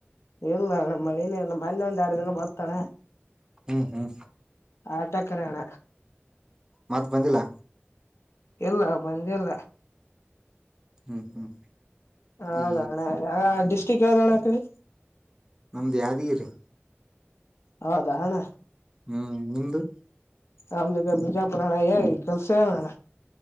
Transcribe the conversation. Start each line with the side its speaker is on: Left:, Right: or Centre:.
Left: ಇಲ್ಲ ನಣ್ಣ ಮನೇ ಇಲ್ಲ ಮ್ಣ ಒಂದ್ ಎರಡು ದಿನ ಬರ್ತಳೆ.
Right: ಹ್ಮ್ ಹ್ಮ್.
Left: ಆ ಚಕ್ಕರೆಯಣ.
Right: ಮತ್ತ್ ಬಂದಿಲ್ಲ.
Left: ಇಲ್ಲ ಬಂದಿಲ್ಲ.
Right: ಹ್ಮ್ ಹ್ಮ್
Left: ಹೌದಣೆ
Right: ಈ
Left: ಯ ಡಿಸ್ಟ್ರಿಕ್ ಯಾವ್ದಣ ಆತದೆ.
Right: ನಮ್ದು ಯಾದಗಿರಿ.
Left: ಹೌದಾ ಹಣ್ಣ.
Right: ಹ್ಮ್ ನಿಮ್ಮ್ದು.
Left: ಆಮ್ದಕ್ಕೆ ಬಿಜಾಪುಾರ ಏ ಕೆಲ್ಸ ನಡ.